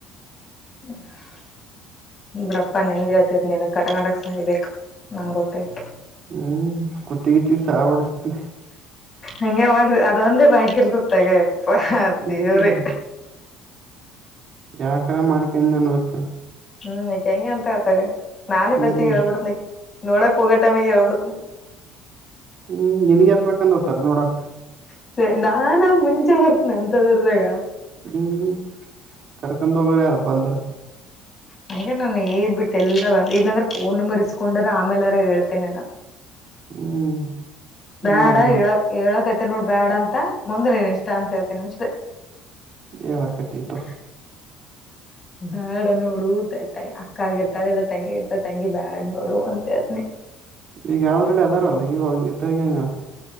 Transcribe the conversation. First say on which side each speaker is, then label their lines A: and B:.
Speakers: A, on the left; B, on the right.
A: <inaudible> ಬಿಡಪ್ಪ ನಿಂದ್ ಹೇಳ್ತಾಯಿತ್ ನಿನ್ ಕಟ್ಟಕಂಡಕ್ ಸಾಯ್ಬೇಕ್ ನಂಗೆ ಗೊತ್ತೈತ
B: ಹ್ಮ್ ಕುತ್ತಿಗಿತ್ತಿಗ್ ಸಾಯ ಹೊಡಸತಿರಿ
A: ಹಂಗೆ ಮಾಡ್ರ್ ಅದೊಂದೇ ಬಾಕಿ ಇರತದ್ ತೆಗೆಯಪ್ಪ
B: ಹ್ಮ್
A: ದೇವ್ರೇ
B: ಯಾಕರ ಮಾಡ್ಕೊಂಡನ್ನಬೇಕ
A: ಹ್ಮ್ ಹಂಗೆ ಅಂತಳ ತಗ ನಾನೇ
B: ಹ್ಮ್
A: ಪಸ್ಟಿಗ ಹೇಳ್ಬಿಟ್ಟ್ನ ನೀ ನೋಡಕ್ ಹೋಗೋ ಟೈಮಿಗ್ ಹೇಳ್ಬಿಟ್ನತಿನಿ.
B: ಹ್ಮ್ ನಿನ್ಗ್ಯಾರ್ ಕರಕೊಂಡ ಹೊಕ್ಕರ್ ನೋಡಕ
A: ಅಂತ ನಾನ ಮುಂಚೆ ಬರ್ತನ ಅಂತದರ್ದಾಗ..
B: ಹ್ಮ್ ಕರ್ಕೊಂಡ ಹೋಗೋರ ಯಾರ ಬಂದ್ರ
A: ನಂಗೆ ನಾನ ಏದ ಬಿಟ್ಟೆ ಎಲ್ಲ ಬಂದ ಇಲ್ಲಾಂದ್ರೆ ಫೋನ್ ನಂಬರ್ ಇಸ್ಕೊಂಡ್ರ ಆಮೇಲೆರ ಹೇಳ್ತೇನೆೇನ.
B: ಹ್ಮ್
A: <inaudible> ಬ್ಯಾಡ
B: ನೋಡಮ್
A: ಏಳ ಏಳಕತ್ ನೋಡ ಬ್ಯಾಡ ಅಂತ ಮುಂದ ನಿನ್ನ ಇಷ್ಟ ಅಂತ ಹೇಳ್ತೀನಿ ಅಷ್ಟೇ.
B: ಎಳಕತ್ತಿ ತಗೋ
A: <unintelligible> ಬಾ ಬ್ಯಾಡ ನೋಡು ತ ತ ಅಕ್ಕ ಆಗಿರ್ತಾಳ ಇಲ್ಲಾ ತಂಗಿ ಇರ್ತಳ ತಂಗಿ ಬ್ಯಾಡ್ ನೋಡು ಅಂತ ಹಳತಿನಿ.
B: ಈಗ ಆಲ್ರೆಡಿ ಅದಾರಲ್ಲ ಈವಾಗ್ ಇದ್ದಾಗ ಏನ್ ಆಯ್ತಾ